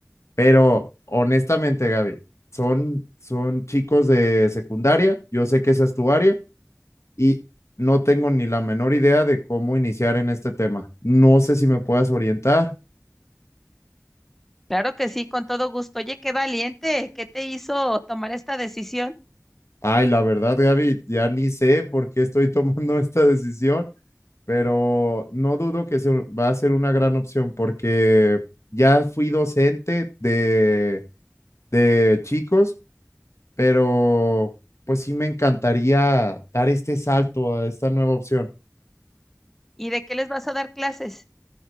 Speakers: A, on the left; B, in the centre.
A: pero honestamente, Gaby, son son chicos de secundaria, yo sé que esa es tu área. y no tengo ni la menor idea de cómo iniciar en este tema. No sé si me puedas orientar.
B: Claro que sí, con todo gusto. Oye, qué valiente. ¿Qué te hizo tomar esta decisión?
A: Ay, la verdad, Gaby, ya ni sé por qué estoy <laughs> tomando esta decisión, pero no dudo que se va a ser una gran opción porque ya fui docente de, de chicos, pero pues sí me encantaría dar este salto a esta nueva opción.
B: ¿Y de qué les vas a dar clases?